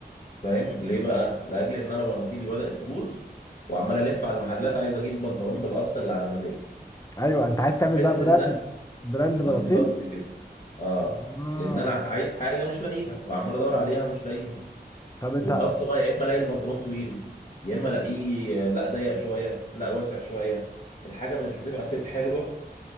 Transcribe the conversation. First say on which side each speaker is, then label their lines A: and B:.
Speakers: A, on the left (about 45°); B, on the left (about 20°).
A: فاهم ليه بقى لاجل ان انا بناطيلي بدات تبوظ وعمال الف على المحلات عايز اجيب بنطلون بالقصه اللي على مزاجي
B: ايوه انت عايز تعمل بقى
A: حته
B: براند
A: ان انا
B: براند
A: بالظبط
B: بلاطيل
A: كده اه
B: آه.
A: لان انا عايز حاجه مش لاقيها وعمال ادور عليها ومش لاقيها
B: طب انت
A: والقص بقى يا اما الاقي البنطلون طويل يا اما الاقيه لا ضيق شويه لا واسع شويه الحاجه مش بتبقى فيت حلوه